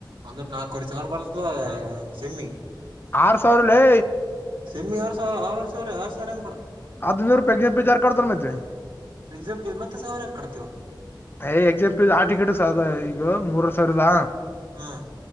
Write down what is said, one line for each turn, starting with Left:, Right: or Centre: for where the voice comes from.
Right: ಒಂದ ನಾಲ್ಕುವರೆ ಸಾವಿರ ಬರ್ತ ಹ ಸೆಮ್ಮಿ
Left: ಆರ್ ಸಾವಿರಲ್ಲೇ
Right: ಸೆಮ್ಮಿ ಆರ್ ಸಾವ್ರ ಆರುವರ್ ಸಾವ್ರ ಆರ್ ಸಾವ್ರ ಹೆಂಗ ಬರತ್?
Left: ಅದ್ ಬೇರ್ <unintelligible> ಯಾರ್ ಕಡ್ತಾರ ಮತ್ತೆ?
Right: ಎಕ್ಸಾಂ ಫೀಸ್ ಮತ್ತೆ ಸಾವಿರ ಕಡ್ತೀವ?
Left: ಏ ಎಕ್ಸಾಮ್ ಪೀಸ್ ಹಾಲ್ ಟಿಕೆಟ್ಸ್ ಅದ ಈಗ ಮೂರ್ವರ್ರ್ ಸಾವ್ರದ
Right: ಹಾ